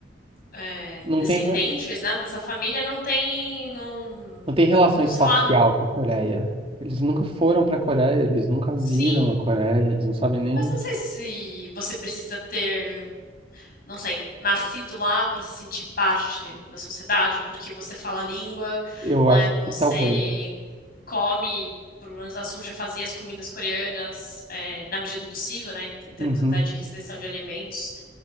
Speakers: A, on the left; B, on the right.
A: é,
B: Não
A: descendentes,
B: tem, re-
A: né, dessa família não tem, não,
B: não tem relação
A: não
B: espacial
A: sei lá, não.
B: com a Coreia. Eles nunca foram para a Coreia, eles nunca viram
A: Sim,
B: a Coreia, eles não sabem nem.
A: mas não sei se você precisa ter não sei, nascido lá para se sentir parte da sociedade, porque você fala a língua,
B: Eu
A: né?
B: acho
A: Você
B: que talvez.
A: come, pelo menos a Sun já fazia as comidas coreanas é, na medida do possível, né? Em, em, termos
B: Uhum.
A: até de restrição de alimentos.